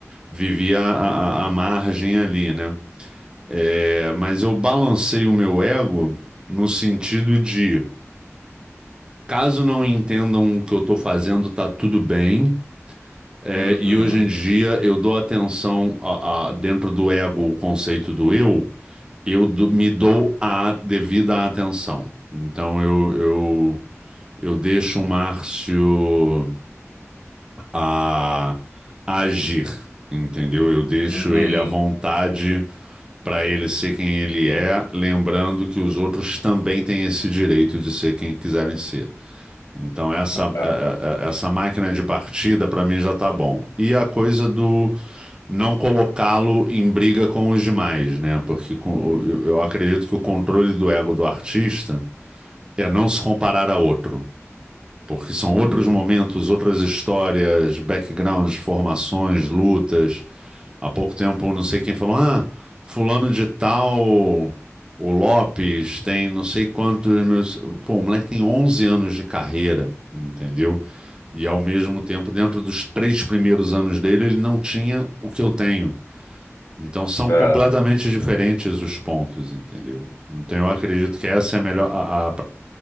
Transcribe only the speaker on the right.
vivia a, a- a margem ali, né? É, mas eu balancei o meu ego no sentido de Caso não entendam o que eu estou fazendo, tá tudo bem. É,
e hoje em dia eu dou atenção a, a- dentro do ego, o conceito do eu, eu do- me dou a devida atenção. Então eu, eu, eu deixo o Márcio a, a agir, entendeu? Eu deixo
ele à vontade para ele ser quem ele é, lembrando que os outros também têm esse direito de ser quem quiserem ser. Então, essa,
é- é- é- essa máquina de partida, para mim, já tá bom. E a coisa do não colocá-lo em briga com os demais, né? Porque com, o- eu eu acredito que o controle do ego do artista é não se comparar a outro. Porque são
outros momentos, outras histórias, backgrounds, formações, lutas. Há pouco tempo, não sei quem falou, ah, fulano de tal, o Lopes tem não sei quantos meus... Pô, o moleque tem 11 anos de carreira, entendeu? E ao mesmo tempo, dentro dos três primeiros anos dele, ele não tinha o que eu tenho. Então são
completamente diferentes os pontos, entendeu? Então eu acredito que essa é a melhor. A, a,